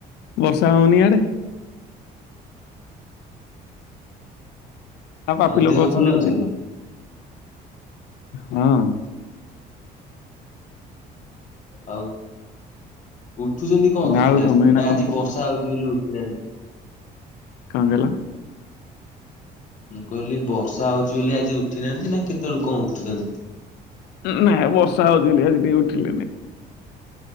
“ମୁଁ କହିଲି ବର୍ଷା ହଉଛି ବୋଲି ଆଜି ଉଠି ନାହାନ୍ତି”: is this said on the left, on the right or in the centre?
Left